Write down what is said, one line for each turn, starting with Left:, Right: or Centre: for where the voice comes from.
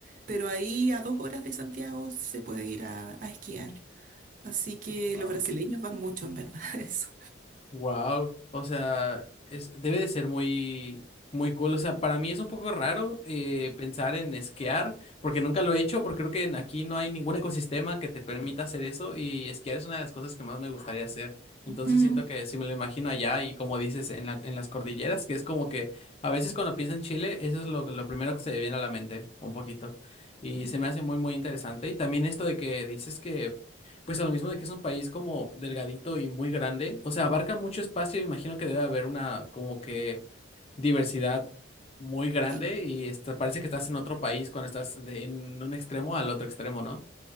Right: pero ahí a dos horas de Santiago se puede ir a, a esquiar. Así que
Left: wow
Right: los brasileños van mucho, en verdad, <laughs> a eso.
Left: Wow, o sea, es, debe de ser muy, muy cool. O sea, para mí es un poco raro eh, pensar en esquiar, porque nunca lo he hecho, porque creo que en- aquí no hay ningún ecosistema que te permita hacer eso, y esquiar es una de las cosas que más me gustaría hacer. Entonces
Right: Ujú.
Left: siento que si me lo imagino allá y como dices, en la, en las cordilleras, que es como que a veces cuando pienso en Chile, eso es lo, lo primero que se me viene a la mente, un poquito. Y
Right: ujú,
Left: se me hace muy, muy interesante. Y también esto de que dices que pues a lo mismo de que es un país como delgadito y muy grande, o sea, abarca mucho espacio, imagino que debe haber una como que diversidad muy grande
Right: Sí.
Left: y esta- parece que estás en otro país cuando estás de en un extremo al otro extremo, ¿no?